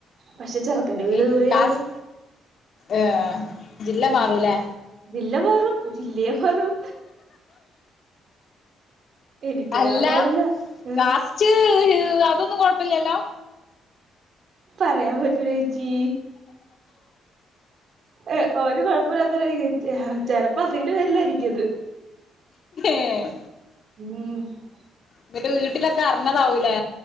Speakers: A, on the right; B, on the left.
A: പക്ഷെ ചെറുക്കന്റെ വീട്
B: ഇനി
A: ദൂരെയാണ്
B: ടാസ് ഏഹ് ജില്ല
A: ഉം
B: മാറുല്ലേ
A: ജില്ല മാറും ജില്ലയെ മാറും എനിക്കറിയാൻ
B: അല്ല
A: പാടില്ല ഏഹ്
B: കാസ്റ്റ് അതൊന്നും കൊഴപ്പല്യല്ലോ
A: പറയാൻ പറ്റൂല്ല ചേച്ചീ ഏഹ് ഒരു കൊഴ്‌പ്പൊ ഇല്ലാ <unintelligible> ആഹ് ചെലപ്പോ അതിന്റെ പേരിലായിരിക്കും ഇത്
B: ഏഹ്
A: ഉം
B: ഇന്നട്ട് വീട്ടിലൊക്കെ അർഞ്ഞതാവൂലേ